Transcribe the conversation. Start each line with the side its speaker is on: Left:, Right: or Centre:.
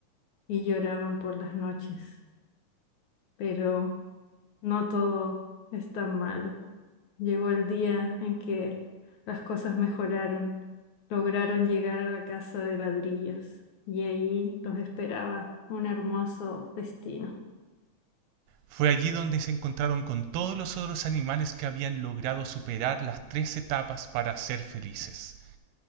Left: y lloraban por las noches. Pero no todo es tan malo. Llegó el día en que las cosas mejoraron. Lograron llegar a la casa de ladrillos y allí los esperaba un hermoso destino.
Right: Fue allí donde se encontraron con todos los otros animales que habían logrado superar las tres etapas para ser felices.